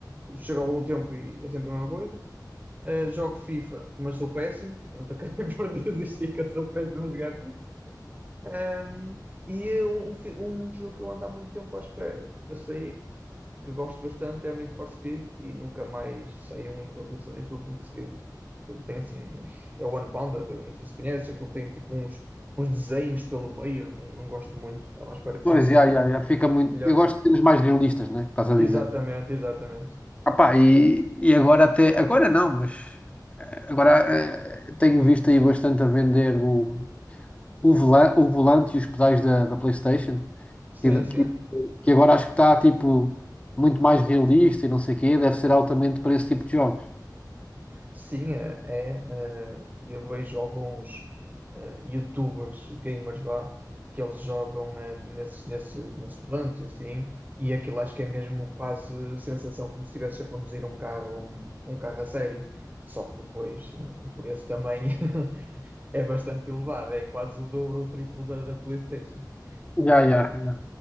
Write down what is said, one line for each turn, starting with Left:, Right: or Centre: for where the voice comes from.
Right: chega algum tempo e é sempre a mesma coisa. Uh, jogo FIFA, mas sou péssimo, portanto acabei <laughs> por desistir que eu sou péssimo a jogar FIFA. Um, e um, um fi- um jogo que eu ando há muito tempo à espera para sair, que gosto bastante, é o Need for Speed e nunca mais saiu em condições. O último que saiu, aquilo tem assim uns. É o Unbounded, eu não sei se conheces, aquilo tem tipo uns, uns desenhos pelo meio, não, não gosto muito, estava à espera que
Left: Pois,
Right: saísse
Left: já,
Right: um
Left: já, já fica muito.
Right: melhor.
Left: Eu gosto de cenas mais realistas, né? Estás a
Right: Exatamente,
Left: dizer.
Right: exatamente.
Left: Ah pá, e, e agora até. Agora não, mas. Agora eh, tenho visto aí bastante a vender o, o, vola- o volante e os pedais da, da PlayStation.
Right: Sim,
Left: Que,
Right: sim.
Left: que agora acho que está tipo muito mais realista e não sei o quê, deve ser altamente para esse tipo de jogos.
Right: Sim, eh, é. eh, Eu vejo alguns eh, YouTubers, gamers lá, que eles jogam eh, nesses, nesses, nesses volantes e assim, e aquilo acho que é mesmo quase sensação como se estivesse a conduzir um carro, um, um carro a sério. Só que depois eh, o preço também <laughs> é bastante elevado, é quase o dobro ou o triplo da, da PlayStation. Eh,
Left: Já, já, já.